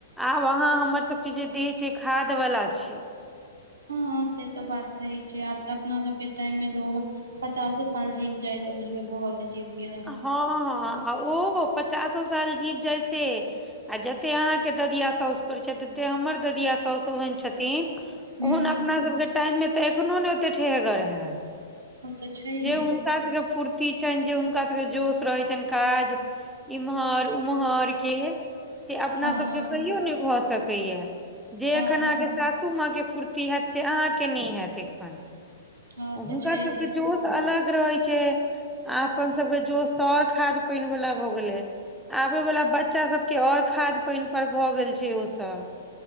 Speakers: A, in the centre; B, on the right.
A: आब अहाँ हमर सबके जे देह छै खाद बला छै ह <inaudible>
B: हँ से तऽ बात सही छै आब तऽ अपना सब के टाइम मे लोग पचासो साल जीव जाय तऽ बुझबै बहुत जीव गेलै
A: हँ आ उहो मे पचासो साल जीव जाय से आ जते अहाँ के ददिया साउस करै छैथ तते हमर ददिया साउस ओहन छथिन
B: ह
A: ओहन अपना सबके टाइम मे तऽ एखनो ने ओते ठेहगर हैब
B: ओ तऽ छैहे
A: जे हुनका सबके फुर्ती छैन जे हुनका सबके जोश रहैत छैन काज इमहर उम्हर के से अपना
B: हँ
A: सबके कहियो नहि भऽ सकैये जे
B: हँ
A: एखन अहाँके सासू माँ के फुर्ती फूर्ति हैत से अहाँके नहि हैत एखन
B: हँ
A: आ हुनका
B: तऽ छैहे
A: सबके जोश अलग रहै छै आ अपन सबके जोश तऽ आओर खाद पाइन वला भऽ गेलै आब वला बच्चा सब के खादि पानि पर भऽ गेल छै ओ सब